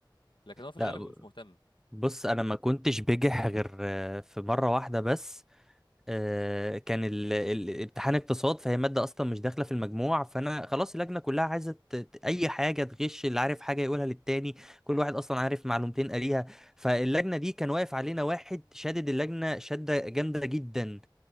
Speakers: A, on the left; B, in the centre.
A: لكن هو في الغالب
B: لا ب-
A: مش مهتم
B: بص انا ما كنتش بجح غير آه، في مره واحده بس آه، كان ال- ال- امتحان اقتصاد فهي مادة أصلا مش داخلة في المجموع فأنا خلاص اللجنة كلها عايزة ت- ت- أي حاجة تغش اللي عارف حاجة يقولها للتاني كل واحد أصلا
A: مم.
B: عارف معلومتين قاليها فاللجنة دي كان واقف علينا واحد شادد اللجنة شدة جامدة جدا